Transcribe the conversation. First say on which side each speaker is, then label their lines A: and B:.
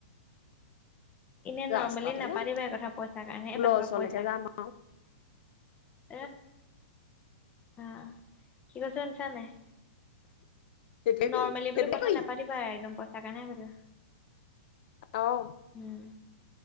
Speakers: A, on the left; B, on the left.
A: এনে নৰ্মেলি
B: ৰাস্তাতে
A: নাপাতিবা
B: যাম
A: এই কথা পইচাঁৰ কাৰণেহে
B: পুলৰ
A: পাতিবা
B: ওচৰলৈকে
A: পইচাঁৰ
B: যাম আৰু
A: এ আঁহ কি কৈছে শুনিছানে নাই।
B: সেইটোৱে
A: নৰ্মেলি
B: কৰিম সেইটোৱে
A: বুলি কথা
B: কৰিম
A: নাপাতিবা একদম প সেইকাৰণে বাৰু
B: অহ,
A: উম,